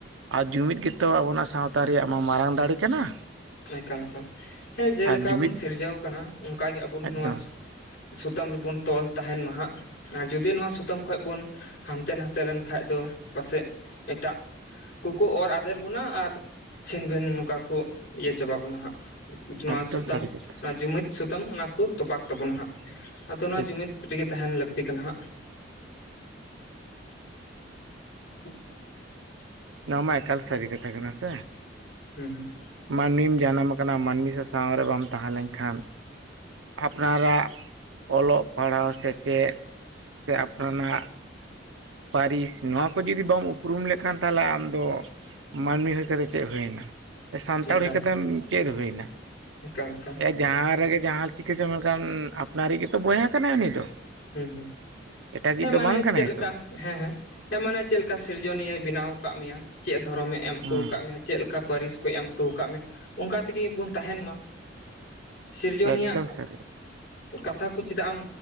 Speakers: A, on the right; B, on the left.
A: ᱟᱨ ᱡᱩᱢᱤᱫ ᱜᱮᱛᱚ ᱟᱵᱚᱱᱟᱜ ᱥᱟᱶᱛᱟ ᱨᱮᱭᱟᱜ ᱢᱟ ᱢᱟᱨᱟᱝ ᱫᱟᱲᱮ ᱠᱟᱱᱟ᱾
B: ᱮᱠᱟᱞ ᱮᱠᱟᱠ ᱦᱮᱸ ᱡᱮᱞᱮᱠᱟ
A: ᱟᱨ ᱡᱩᱢᱤᱫ
B: ᱵᱩᱱ ᱥᱤᱨᱡᱟᱹᱣ ᱟᱠᱟᱱᱟ ᱚᱱᱠᱟᱜᱮ ᱟᱵᱚ
A: ᱮᱠᱫᱚᱢ
B: ᱱᱚᱣᱟ ᱥᱩᱛᱟᱹᱢ ᱨᱮᱵᱚᱱ ᱛᱚᱞ ᱛᱟᱦᱮᱱ ᱢᱟᱦᱟᱜ ᱟᱨ ᱡᱩᱫᱤ ᱱᱚᱣᱟ ᱥᱩᱛᱟᱹᱢ ᱠᱷᱚᱱ ᱵᱚᱱ ᱦᱟᱱᱛᱮ ᱱᱟᱛᱮ ᱞᱮᱱᱠᱷᱟᱡ ᱫᱚ ᱯᱟᱥᱮᱡ ᱮᱴᱟᱜ ᱠᱚᱠᱚ ᱚᱨ ᱟᱫᱮᱨ ᱵᱚᱱᱟ ᱟᱨ ᱪᱷᱤᱱ ᱵᱤᱱ ᱱᱚᱝᱠᱟ ᱠᱚ ᱤᱭᱟᱹ ᱪᱟᱵᱟ ᱵᱚᱱᱟ ᱦᱟᱸᱜ᱾ ᱱᱚᱣᱟ
A: ᱮᱠᱫᱚᱢ
B: ᱥᱩᱛᱟᱹᱢ
A: ᱥᱟᱹᱨᱤ ᱠᱟᱛᱷᱟ
B: ᱱᱚᱣᱟ ᱡᱩᱢᱤᱫ ᱥᱩᱛᱟᱹᱢ ᱚᱱᱟ ᱠᱚ ᱛᱚᱯᱟᱜ ᱛᱟᱵᱚᱱᱟ ᱦᱟᱸᱜ ᱟᱫᱚ ᱱᱚᱣᱟ
A: ᱴᱷᱤᱠ
B: ᱡᱩᱢᱤᱫ ᱨᱮᱜᱮ ᱛᱟᱦᱮᱱ ᱞᱟᱹᱠᱛᱤ ᱠᱟᱱᱟ ᱦᱟᱸᱜ᱾ <inaudible>
A: ᱱᱚᱣᱟ ᱢᱟ ᱮᱠᱟᱞ ᱥᱟᱹᱨᱤ ᱠᱟᱛᱷᱟ ᱠᱟᱱᱟ ᱥᱮ᱾
B: ᱦᱩᱸ ᱦᱩᱸ
A: ᱢᱟᱹᱱᱢᱤᱢ ᱡᱟᱱᱟᱢ ᱠᱟᱱᱟ ᱢᱟᱹᱱᱢᱤ ᱥᱟᱜ ᱥᱟᱶ ᱨᱮ ᱵᱟᱢ ᱛᱟᱦᱮᱸ ᱞᱮᱱᱠᱷᱟᱱ ᱟᱯᱱᱟᱨᱟᱜ ᱚᱞᱚᱜ ᱯᱟᱲᱦᱟᱣ ᱥᱮᱪᱮᱫ ᱥᱮ ᱟᱯᱱᱟᱨᱟᱜ ᱯᱟᱹᱨᱤᱥ, ᱱᱚᱣᱟ ᱠᱚ ᱡᱩᱫᱤ ᱵᱟᱢ ᱩᱯᱨᱩᱢ ᱞᱮᱫᱠᱷᱟᱱ ᱛᱟᱦᱚᱞᱮ ᱟᱢ ᱫᱚ ᱢᱟᱹᱱᱢᱤ ᱦᱩᱭ ᱠᱟᱛᱮ ᱪᱮᱫ ᱦᱩᱭᱱᱟ, ᱥᱮ ᱥᱟᱱᱛᱟᱲ
B: ᱮᱠᱟᱞ
A: ᱦᱩᱭ ᱠᱟᱛᱮ ᱪᱮᱫ ᱦᱩᱭᱱᱟ
B: ᱮᱠᱟᱞ ᱮᱠᱟᱞ
A: ᱮᱠ ᱡᱟᱦᱟᱸ ᱨᱮᱜᱮ ᱡᱟᱦᱟᱸ ᱪᱤᱠᱤ ᱪᱚ ᱢᱮᱱᱠᱷᱟᱱ ᱟᱯᱱᱟᱨᱤᱡ ᱜᱮᱛᱚ ᱵᱚᱭᱦᱟ ᱠᱟᱱᱟᱭ ᱩᱱᱤ ᱫᱚ᱾
B: ᱦᱸ ᱦᱩᱸ,
A: ᱮᱴᱟᱜᱤᱡ
B: ᱦᱮᱸ
A: ᱫᱚ
B: ᱢᱟᱱᱮ
A: ᱵᱟᱝ ᱠᱟᱱᱟᱭ
B: ᱪᱮᱫ ᱞᱮᱠᱟ?
A: ᱛᱚ
B: ᱦᱮᱸ ᱦᱮᱸ, ᱦᱮᱸ ᱢᱟᱱᱮ ᱪᱮᱫ ᱞᱮᱠᱟ ᱥᱤᱨᱡᱚᱱᱤᱭᱟᱹ ᱵᱮᱱᱟᱣ ᱟᱠᱟᱫ ᱢᱮᱭᱟ ᱪᱮᱫ ᱫᱷᱚᱨᱚᱢᱮ ᱮᱢ ᱦᱚᱴᱚ
A: ᱦᱮᱸ
B: ᱠᱟᱜ ᱢᱮᱭᱟ ᱪᱮᱫ ᱞᱮᱠᱟ ᱯᱟᱹᱨᱤᱥ ᱠᱚ ᱮᱢ ᱦᱚᱴᱚ ᱠᱟᱜ ᱢᱮ ᱚᱱᱠᱟ ᱛᱮᱜᱮ ᱵᱚᱱ ᱛᱟᱦᱮᱱ ᱢᱟ᱾ ᱥᱤᱨᱡᱚᱱᱤᱭᱟᱜ
A: ᱮᱠᱫᱚᱢ ᱥᱟᱹᱨᱤ ᱠᱟᱛᱷᱟ
B: ᱠᱟᱛᱷᱟ ᱠᱚ ᱪᱮᱫᱟᱜ ᱮᱢ